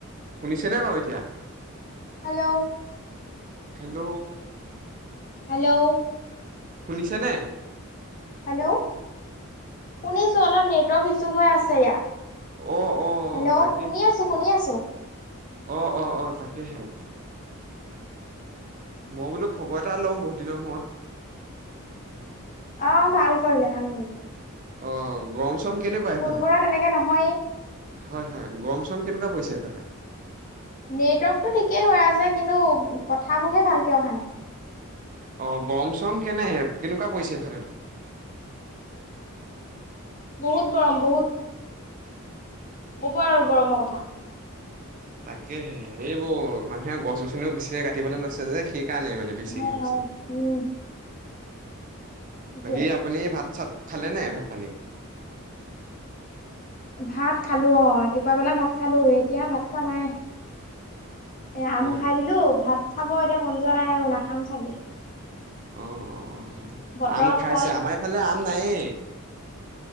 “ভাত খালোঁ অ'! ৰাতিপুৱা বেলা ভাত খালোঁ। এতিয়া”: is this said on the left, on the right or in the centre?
Left